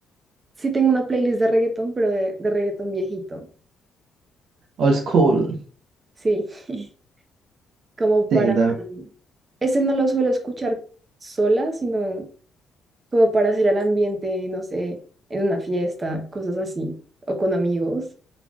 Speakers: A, on the right (about 35°); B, on the right (about 75°).
A: sí tengo una playlist de reggaetón, pero de, de reggaetón viejito.
B: Old school.
A: Sí, <laughs> como
B: Sí,
A: para...
B: también,
A: Este no lo suelo escuchar sola, sino como para hacer el ambiente, no sé, en una fiesta, cosas así, o con amigos,